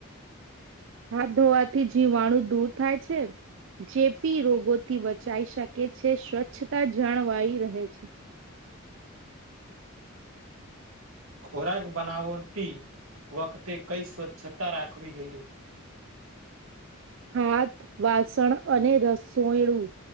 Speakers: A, on the right (about 60°); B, on the right (about 80°).
A: હાથ ધોવાથી જીવાણું દૂર થાય છે. ચેપી રોગોથી બચાઈ શકે છે. સ્વચ્છતા જળવાઈ રહે છે.
B: ખોરાક બનાવતી વખતે કઈ સ્વચ્છતા રાખવી જોઈએ.?
A: હાથ, વાસણ અને રસોડું